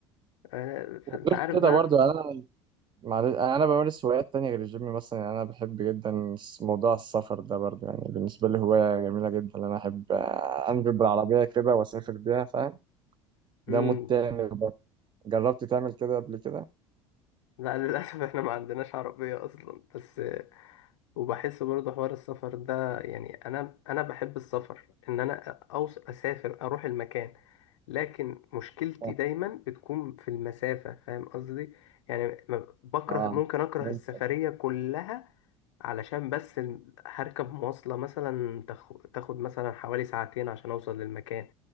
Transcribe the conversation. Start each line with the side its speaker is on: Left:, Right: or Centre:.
Left: انت
Right: وغير
Left: عارف
Right: كده
Left: بقى
Right: برضو يعني انا معلش يعني انا بمارس هوايات تانية غير الجيم مثلا يعني انا بحب جدا موضوع السفر ده برضو يعني بالنسبة لي هواية جميلة جدا ان انا احب انجب بالعربية كده واسافر بيها فاهم؟
Left: مم.
Right: ده متعمل برضه جربت تعمل كده قبل كده
Left: لا للأسف احنا ما عندناش عربية أصلا بس وبحس برضه حوار السفر ده يعني أنا أنا بحب السفر إن أنا أوص أسافر أروح المكان لكن مشكلتي
Right: اه
Left: دايما بتكون في المسافة فاهم قصدي يعني ما- بكره
Right: آه.
Left: ممكن أكره
Right: فهمت.
Left: السفرية كلها علشان بس ال- هركب مواصلة مثلا تاخ- تاخد مثلا حوالي ساعتين عشان أوصل للمكان